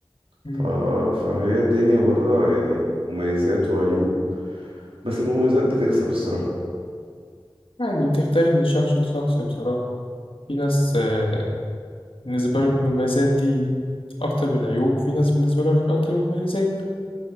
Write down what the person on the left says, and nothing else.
مم.
يعني تختلف من شخص لشخص بصراحة في ناس آه، بالنسبة لهم المميزات دي أكتر من العيوب وفي ناس بالنسبة لهم العيوب أكتر من المميزات